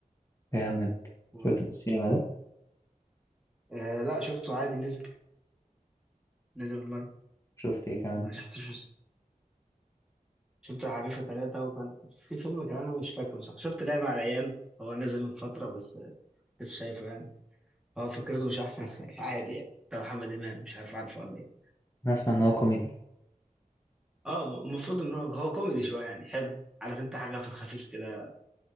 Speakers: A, on the left (about 20°); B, in the centre.
A: جامد
B: و...
A: شفت في السينما ده؟
B: آه لا شفته عادي نزل نزل اونلاين
A: شفت ايه كمان؟
B: ما شفتوش شفت الحريفة ثلاثة وكان في فيلم كمان انا مش فاكره صح شفت لعبة على العيال هو نزل من فترة بس آه، لسه شايفه يعني هو فكرته مش احسن <laughs> حاجة، عادي يعني بتاع محمد امام مش عارف عارفه ولا ايه
A: أنا أسمع إن هو كوميدي
B: اه المفروض ان هو هو كوميدي شويه يعني حلو عارف انت حاجه في الخفيف كده